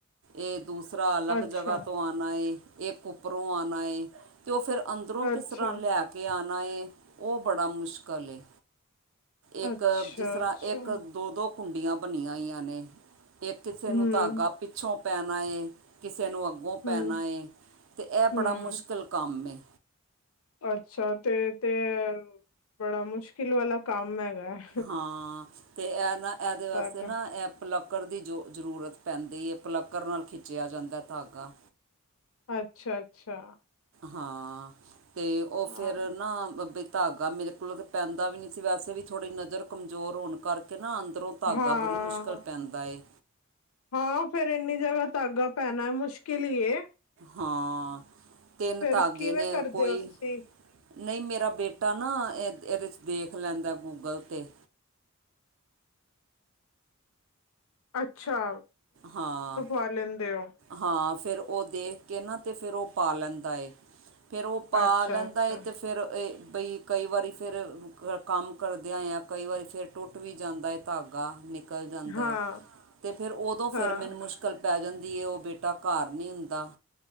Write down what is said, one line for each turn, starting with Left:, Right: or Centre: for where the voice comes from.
Right: ਏਹ ਦੂਸਰਾ ਅਲੱਗ
Left: ਅੱਛਾ
Right: ਜਗ੍ਹਾ ਤੋਂ ਆੱਣਾ ਏ, ਏਕ ਉੱਪਰੋਂ ਆੱਣਾ ਏ। ਤੇ ਔ ਫੇਰ ਅੰਦਰੋਂ
Left: ਅੱਛਾ
Right: ਕਿਸ ਤਰ੍ਹਾਂ ਲੈ ਕੇ ਆੱਣਾ ਏ, ਔ ਬੜਾ ਮੁਸ਼ਕਲ ਏ। ਏਕ,
Left: ਅੱਛਾ
Right: ਜਿਸ ਤਰ੍ਹਾਂ
Left: ਅੱਛਾ
Right: ਏੱਕ ਦੋ ਦੋ ਕੁੰਡੀਆਂ ਬਣੀਆਂ ਹੋਈਆਂ ਨੇ। ਏਕ ਕਿਸੇ
Left: ਹੂੰ
Right: ਨੂੰ, ਧਾਗਾ ਪਿੱਛੋਂ ਪੈਣਾ ਏ, ਕਿਸੇ ਨੂੰ ਅੱ ਗੋਂ
Left: ਹੂੰ
Right: ਪੈਣਾ ਏ, ਤੇ ਐ
Left: ਹੂੰ
Right: ਬੜਾ ਮੁਸ਼ਕਲ ਕੰਮ ਏ।
Left: ਅੱਛਾ, ਤੇ ਤੇ ਬੜਾ ਮੁਸ਼ਕਿਲ ਵਾਲਾ ਕੰਮ ਹੈਗਾ ਐ।
Right: ਹਾਂ, ਤੇ ਐ ਨਾ, ਐਦੇ ਵਾਸਤੇ
Left: ਧਾਗਾ
Right: ਨਾ, ਐ ਪਲ ਕੱਕਰ ਦੀ ਜੋ ਜ਼ਰੂਰਤ ਪੈਂਦੀ ਏ, ਪਲੱਕਰ ਨਾਲ ਖਿੱਚੇਆ ਜਾਂਦਾ ਤਾਗਾ।
Left: ਅੱਛਾ ਅੱਛਾ।
Right: ਹਾਂ, ਤੇ ਔ
Left: ਹਾਂ
Right: ਫੇਰ ਨਾ, ਬ ਬਈ ਤਾਗਾ ਮੇਰੇ ਲੋ, ਤੇ ਪੈਂਦਾ ਵੀ ਨੀ ਸੀ, ਵੈਸੇ ਵੀ ਥੋੜ੍ਹੀ ਨਜ਼ਰ ਕਮਜ਼ੋਰ ਹੋਣ ਕਰਕੇ ਨਾ ਅੰਦਰੋਂ ਤਾਗਾ
Left: ਹਾਂ
Right: ਬੜੀ ਮੁਸ਼ਕਲ ਪੈਂਦਾ ਏ।
Left: ਹਾਂ, ਫੇਰ ਏਨੀ ਜਗ੍ਹਾ ਧਾਗਾ ਪੈਣਾ, ਮੁਸ਼ਕਿਲ ਹੀ ਏ।
Right: ਹਾਂ, ਤੇੱਨ
Left: ਫੇਰ
Right: ਤਾਗੇ
Left: ਕਿਵੇਂ
Right: ਨੇ
Left: ਕਰਦੇ
Right: ਕੋਈ
Left: ਹੋ ਤੁਸੀਂ
Right: ਨਈ ਮੇਰਾ ਬੇਟਾ ਨਾ, ਏ ਏਦੇ ਚ ਦੇਖ ਲੈਂਦਾ ਗੂਗਲ ਤੇ।
Left: ਅੱਛਾ।
Right: ਹਾਂ।
Left: ਪਰ ਲੈਂਦਿਉ
Right: ਹਾਂ ਫਿਰ ਉਹ ਦੇਖ ਕੇ ਨਾ ਤੇ ਫਿਰ ਉਹ ਪਾ ਲੈਂਦਾ ਏ। ਫੇਰ ਉਹ ਪਾ
Left: ਅੱਛਾ
Right: ਲੈਂਦਾ
Left: ਅੱਛਾ
Right: ਹੈ ਅਤੇ ਫੇਰ ਇਹ ਬਈ ਕਈ ਵਾਰੀ ਫੇਰ ਕੰਮ ਕਰਦਿਆਂ ਆਕਈ ਵਾਰੀ ਫੇਰ ਟੁੱਟ ਵੀ ਜਾਂਦਾ ਏ ਧਾਗਾ ਨਿਕ ਨਿਕਲ ਜਾਂਦਾ
Left: ਹਾਂ
Right: ਹੈ ਤੇ ਫਿਰ ਉਦੋਂ
Left: ਹਾਂ
Right: ਫੇਰ ਮੈਨੂੰ ਮੁਸ਼ਕਿਲ ਪੈ ਜਾਂਦੀ। ਕੀ ਉਹ ਬੇਟਾ ਘਰ ਨਹੀਂ ਹੁੰਦਾ।